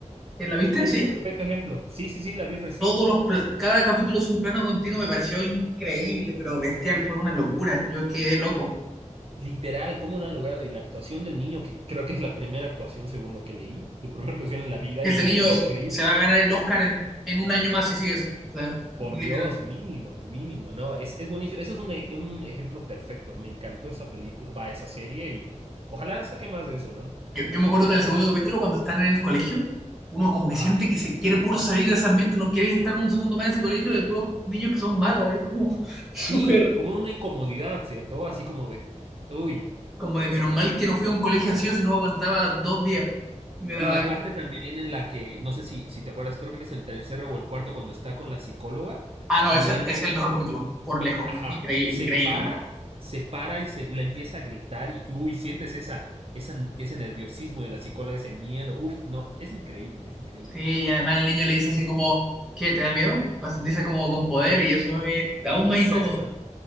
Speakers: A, in the centre; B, on the right (about 50°).
A: ¿Eh, ¿La viste?
B: Ese
A: Sí.
B: es el perfecto ejemplo. Sí, sí, sí, la vi recién.
A: todos los pla- cada capítulo es un plano continuo, me pareció increíble, pero bestial, fue una locura. Yo quedé
B: Li-
A: loco.
B: literal, cómo lo han logrado. Y la actuación del niño, que creo que es la primera actuación según lo que leí, su primera actuación en la vida
A: Ese
B: y lo
A: niño
B: hizo increíble.
A: que se va a ganar el Oscar en, en un año más si sigue así. O sea,
B: Por
A: literal.
B: Dios, mínimo, mínimo. No, es, es buenísimo. Eso es un, e- un ejemplo perfecto. Me encantó esa película, va, esa serie y ojalá saque más de eso, ¿no?
A: Yo, yo me acuerdo del segundo capítulo cuando están en el colegio, uno como que
B: Ajá.
A: siente que se quiere puro salir de ese ambiente, no quiere estar un segundo más en ese colegio de puros niños que son malos, es como <laughs> súper
B: Sí, como una incomodidad, ¿cierto? Así como de, uy,
A: como de
B: esa,
A: menos
B: y,
A: mal que no fui a un colegio así o si no aguantaba dos días y me daba
B: y la
A: algo.
B: parte también en la que, no sé si, si te acuerdas, creo que es el tercero o el cuarto cuando está con la psicóloga
A: Ah, no,
B: y
A: ese
B: él,
A: ese es
B: eh,
A: el mejor capítulo, por lejos.
B: ajá,
A: Increíble,
B: se
A: increíble.
B: para, se para y se le empieza a gritar y, y, uy, sientes esa, esa, ese nerviosismo de la psicóloga, ese miedo, uf, no, es increíble, es increíble.
A: Sí, y además el niño le dice así como, ¿qué? ¿Te da miedo? Para sentirse como con poder y eso es aún
B: Exacto,
A: más incómodo.